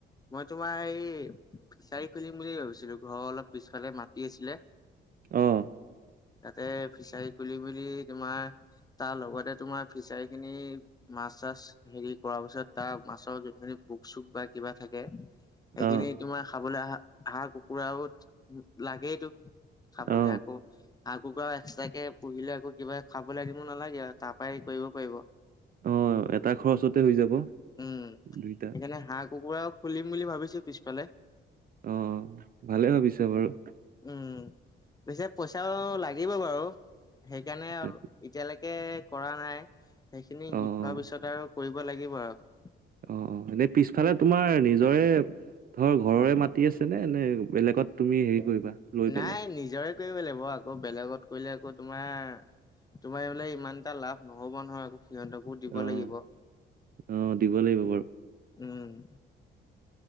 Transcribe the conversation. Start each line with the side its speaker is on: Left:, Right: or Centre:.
Left: মই তোমাৰ এই ফিচাৰী খুলিম বুলি ভাবিছিলো, ঘৰৰ অলপ পিছফালে মাতি আছিলে।
Right: অ'।
Left: তাতে ফিচাৰী খুলি বুলি তোমাৰ তাৰ লগতে তোমাৰ ফিচাৰী খিনি মাছ-চাছ হেৰি কৰাৰ পিছত তাৰ মাছৰ যোনখিনি বোক-চোক বা কিবা থাকে। সেইখিনি
Right: অ
Left: তোমাৰ খাবলৈ আহা হাঁহ কুকুৰাও লাগেইটো। খাবলৈ
Right: অ
Left: আকৌ হাঁহ, কুকুৰা এক্সট্ৰাকে পুহিলে আকৌ কিবা খাব লাগিব নালাগে আৰু তাৰ পৰাই হেৰি কৰিব পাৰিব।
Right: অ', এটা খৰচতে হৈ যাব।
Left: উম, সেইকাৰণে
Right: দুইটা
Left: হাঁহ, কুকুৰাও খুলিম বুলি ভাবিছো পিছফালে।
Right: অ', ভালে ভাবিছা বাৰু।
Left: উম, পিছে পইচাও লাগিব বাৰু সেইকাৰণে এতিয়ালৈকে
Right: তাকে
Left: কৰা নাই, সেইখিনি
Right: অ', অ',
Left: গোট খোৱাৰ পিছত আৰু কৰিব লাগিব আৰু।
Right: অ', অ', এনেই পিছফালে তোমাৰ নিজৰে ধৰ ঘৰৰে মাটি আছেনে নে, বেলেগত তুমি হেৰি কৰিবা? লৈ পেলাই
Left: নাই নিজৰে কৰিব লাগিব, আকৌ বেলেগত কৰিলে আকৌ তোমাৰ তোমাৰ এই বোলে ইমান এটা লাভ নহ'ব নহয়, আকৌ সিহঁত কো দিব
Right: অ',
Left: লাগিব,
Right: অ', দিব লাগিব বাৰু।
Left: উম।